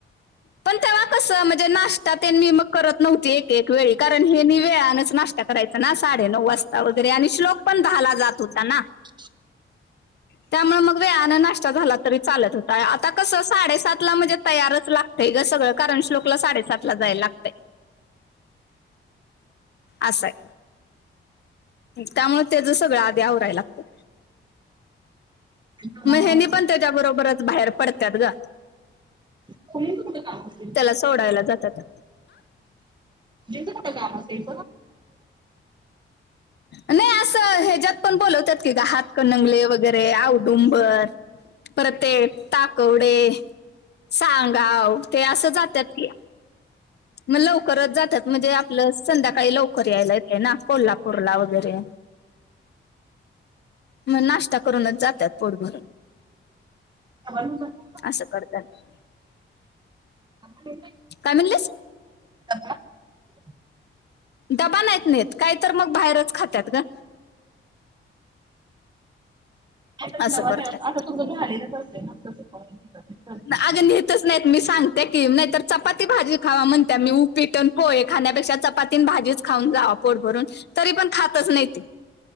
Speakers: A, on the left; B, on the right.
A: पण तेवा कसं म्हणजे नाष्टा तेन मी मग करत नव्हती एक एक वेळी कारण हे म वेळनेच नाष्टा करायचा ना साडे नऊ वाजता. वगैरे आणि श्लोक पण दहाला जात होता ना.
B: <inaudible>
A: त्यामुळ मग वेळानं नाष्टा झाला तरी चालत होता आता कस साडेसात ला म्हणजे तयारच लाग तय ग सगळं कारण श्लोकला साडेसात ला जायला लागतंय. असाय. त्यामुळे त्याचं सगळं आधी आवरायला लागतय.
B: आणि कोणाबरोबर
A: म हेनी पण त्याच्या बरोबरच बाहेर पडत्यात ग.
B: <unintelligible>
A: त्याला सोडायला जात्यात.
B: कुठ काम असतय
A: नाही असं हेज्यात पण बोलवतात की ग हातक नंगले वगैरे औदुंबर परत ते ताकवडे सांगाव ते असं जात्यात की. मग लवकरच जात्यात म्हणजे आपलं संध्याकाळी लवकर यायला येतय ना कोल्हापूरला वगैरे. मग नाष्टा करूनच जात्यात पोट भरून.
B: डबा घेऊन जात्यात का?
A: असं करत्यानं.
B: <unintelligible>
A: काय म्हणलीस?
B: <unintelligible>
A: डबा नाहीत नेत काय तर मग बाहेरच खात्यात ग.
B: नाय तर
A: असं
B: डब्बा
A: करतात
B: न्याला, आता तुमं झालेलंच असतय ना तस पण. नाही चालते.
A: अग नेत तच नाहीत मी सांगतिया की नाही तर चपाती भाजी खावा म्हणते मी उपीट आण पोहे खाण्यापेक्षा चपाती भाजीच खाऊन जावा पोट भरून तरी पण खातच नाहीती.